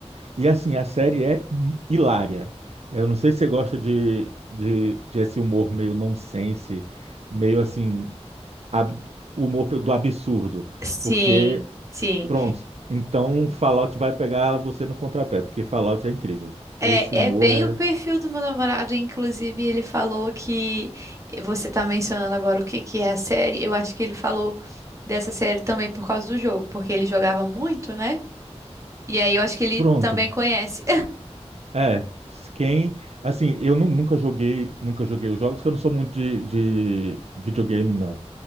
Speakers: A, on the right; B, on the right.
A: E assim, a série é hum, hilária. Eu não sei se você gosta de, de, de esse humor meio nonsense, meio assim ab- humor do absurdo,
B: Sim,
A: porque,
B: sim.
A: pronto, então Fallout vai pegar você no contrapé, porque Fallout é incrível.
B: É,
A: Esse humor
B: é bem
A: é,
B: o perfil do meu namorado. Inclusive, ele falou que você tá mencionando agora o que que é a série. Eu acho que ele falou dessa série também por causa do jogo, porque ele jogava muito, né? E aí eu acho que ele
A: pronto,
B: também conhece.
A: é, quem, assim, eu nu- nunca joguei, nunca joguei os jogos, porque eu não sou muito de, de videogame, não.